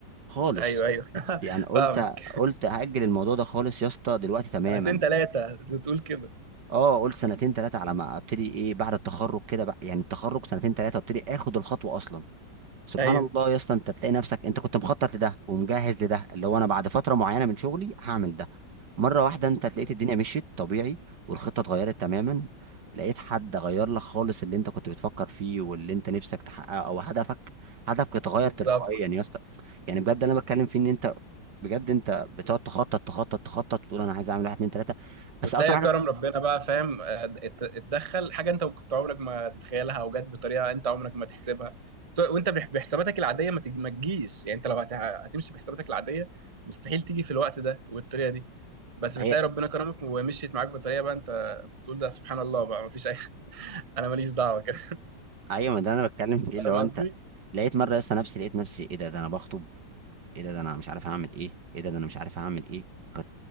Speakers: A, on the right; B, on the right.
A: خالص
B: ايوه ايوه <laughs>
A: يعني قلت
B: فاهمك
A: قلت هاجل الموضوع ده خالص يا اسطى دلوقتي تماما
B: سنتين ثلاثه بتقول كده
A: اه قلت سنتين ثلاثه على ما ابتدي ايه بعد التخرج كده بقى يعني التخرج سنتين ثلاثه ابتدي اخد الخطوه اصلا سبحان
B: ايوه
A: الله يا اسطى انت تلاقي نفسك انت كنت مخطط لده ومجهز لده اللي هو انا بعد فتره معينه من شغلي هعمل ده مره واحده انت تلاقيت
B: مم.
A: الدنيا مشيت طبيعي والخطه اتغيرت تماما لقيت حد غير لك خالص اللي انت كنت بتفكر فيه واللي انت نفسك تحققه او هدفك هدفك اتغير
B: بالظبط
A: تلقائيا يا اسطى يعني بجد اللي انا بتكلم فيه ان انت بجد انت بتقعد تخطط تخطط تخطط تقول انا عايز اعمل واحد اتنين تلاته بس
B: وتلاقي
A: اكتر حاجه
B: كرم ربنا بقى فاهم آه، ات- اتدخل حاجه انت كنت عمرك ما تتخيلها او جت بطريقه انت عمرك ما تحسبها ت- وانت بح- بحساباتك العاديه ما تج- ما تجيش يعني انت لو هت- هتمشي بحساباتك العاديه مستحيل تيجي في الوقت ده والطريقه دي بس
A: هي
B: بتلاقي ربنا كرمك ومشيت معاك بطريقه بقى انت بتقول ده سبحان الله بقى ما فيش اي <laughs> انا ماليش دعوه كده
A: ايوه ما ده انا بتكلم فيه
B: <laughs>
A: اللي
B: فاهم
A: هو انت
B: قصدي؟
A: لقيت مره لسه نفسي لقيت نفسي ايه ده ده انا بخطب ايه ده ده انا مش عارف هعمل ايه ايه ده ده انا مش عارف هعمل ايه كانت